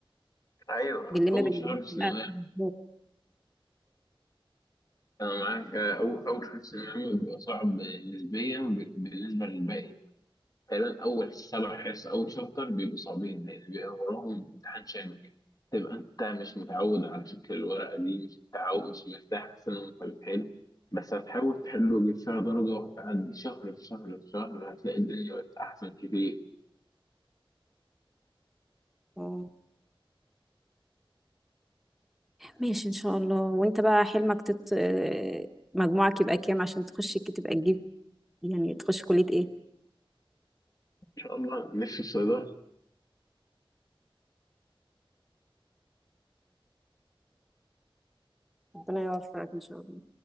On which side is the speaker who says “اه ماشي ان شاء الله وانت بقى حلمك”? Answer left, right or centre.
Centre